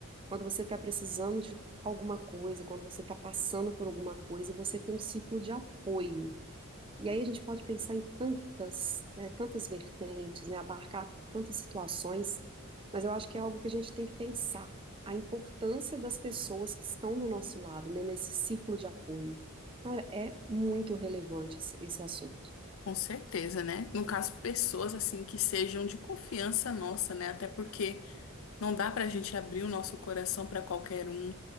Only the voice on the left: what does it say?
Com certeza, né? No caso, pessoas assim que sejam de confiança nossa, né? Até porque não dá pra gente abrir o nosso coração pra qualquer um.